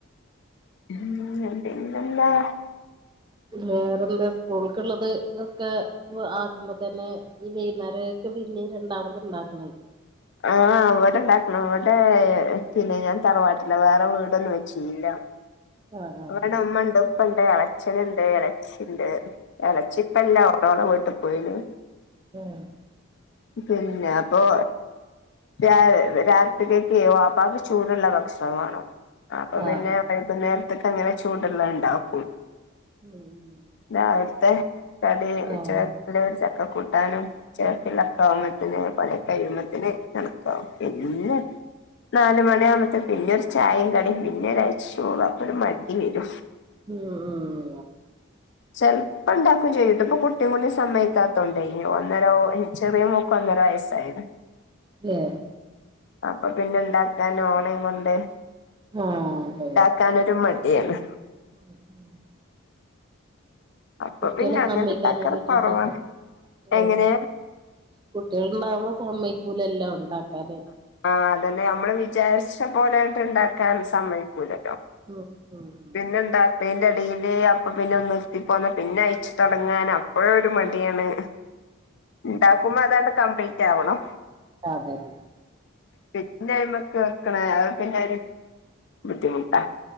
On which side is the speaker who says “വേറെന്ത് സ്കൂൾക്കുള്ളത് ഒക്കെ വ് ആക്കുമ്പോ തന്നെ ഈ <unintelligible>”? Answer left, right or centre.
Right